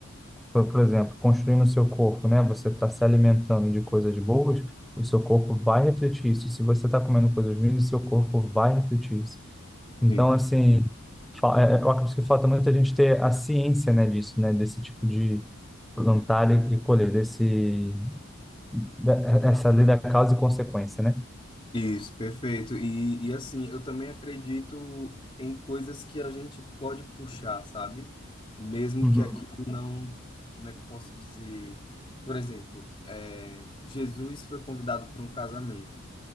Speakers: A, in the centre; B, on the left.
A: por por exemplo, construindo o seu corpo, né? Você está se alimentando de coisas boas, o seu corpo vai refletir isso. Se você está comendo coisas ruins, o seu corpo vai refletir isso. Então,
B: Sim.
A: assim, fa- é- é- eu acredito que falta muito a gente ter a ciência, né, disso, né? Desse tipo de plantar e e colher, desse, da- essa lei da causa e consequência, né?
B: Isso, perfeito. E, e assim, eu também acredito em coisas que a gente pode puxar, sabe? Mesmo
A: Uhum,
B: que aquilo não. Como é que eu posso dizer? Por exemplo, é, Jesus foi convidado para um casamento.